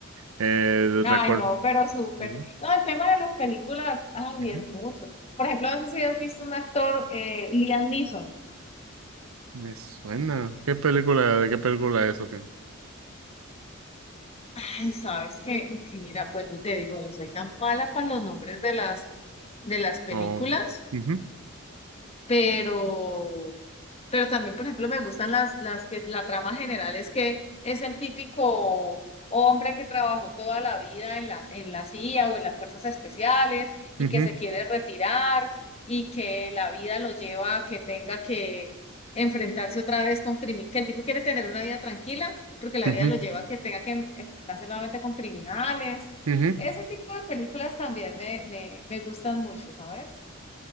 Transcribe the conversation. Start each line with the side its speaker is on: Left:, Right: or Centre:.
Right: Eh,
Left: Ay,
Right: recuerdo.
Left: no, pero súper.
Right: Ujú,
Left: No, el tema de las películas, ay,
Right: ujú.
Left: es mucho. Por ejemplo, no sé si has visto un actor, eh, Liam Neeson.
Right: Me suena. ¿Qué película, de qué película es o qué?
Left: Ay, sabes que, sí, mira, pues te digo, yo soy tan mala para los nombres de las, de las películas,
Right: Oh. Ujú,
Left: pero Pero también, por ejemplo, me gustan las, las que la trama general es que es el típico hombre que trabajó toda la vida en la, en la CIA o en las fuerzas especiales y
Right: ujú,
Left: que se quiere retirar y que la vida lo lleva a que tenga que enfrentarse otra vez con criminales, que el tipo quiere tener una vida tranquila porque la
Right: ujú,
Left: vida lo lleva a que tenga que en- enfrentarse nuevamente con criminales.
Right: ujú.
Left: Ese tipo de películas también me, me, me gustan mucho, ¿sabes?